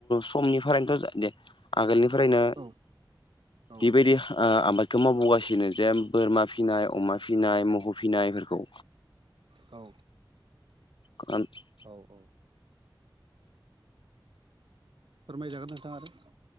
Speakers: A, on the left; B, on the right.
A: समनिफ्रायनोथ' दे आगोलनि फ्रायनो
B: औ औ
A: बेबायदि आबाद बेखौ मावबोगासिनो जे बोरमा फिनाय अमा फिनाय मोखौ फिनायफोरखौ
B: औ
A: <unintelligible>
B: औ औ फोरमायजागोन नोंथां आरो